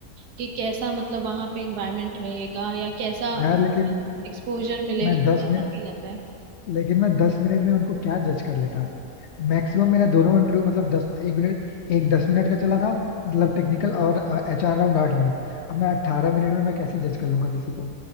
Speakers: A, on the right (about 80°); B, on the left (about 70°).
A: कि कैसा मतलब वहां पे एनवायरनमेंट रहेगा या कैसा
B: यार लेकिन
A: एक्सपोजर मिलेगा
B: मैं
A: थोड़ा
B: दस
A: सा
B: मिनट
A: फील आता है
B: लेकिन मैं दस मिनट में उनको क्या जज कर लेता मैक्सिमम मेरा दोनों इंटरव्यू मतलब दस एक मिनट एक दस मिनट का चला था मतलब टेक्निकल और एचआर राउंड आठ मिनट अब मैं अट्ठारह मिनट में मैं कैसे जज कर लूंगा किसी को